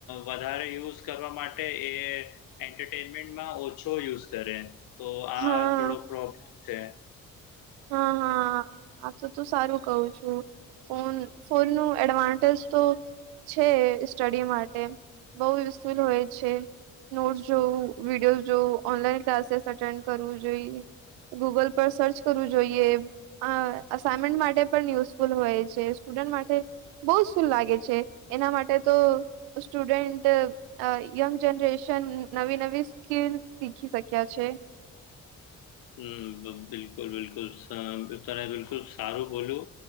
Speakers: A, on the left; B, on the right.
A: વધારે યુઝ કરવા માટે એ એન્ટરટેઇનમેન્ટ ઓછો યુઝ કરે તો
B: હા
A: થીડો પ્રો છે
B: હ હ આ તો તું સારું કવ છું ફોન ફોન નો એડવાન્ટેજ તો છે સ્ટડી માટે બઉ યુઝફુલ હોય છે નોટસ જોઉં વિડીયો જોઉ ઓનલાઈન ક્લાસીસ અટેન્ડ કરવું જોઈએ ગૂગલ પર સર્ચ કરવું જોઈએ અ અસાઇમેન્ટ માટે પણ યુઝફુલ હોય છે સ્ટુડન્ટ માટે બઉં સુું લાગે છે એના માટે તો સ્ટુડન્ટ અ યંગ જનરેશન નવી નવી સ્કીલ શીખી શક્યા છે
A: હમ્મ બિલકુલ બિલકુલ <unintelligible> તને બિલકુલ સારું બોલુ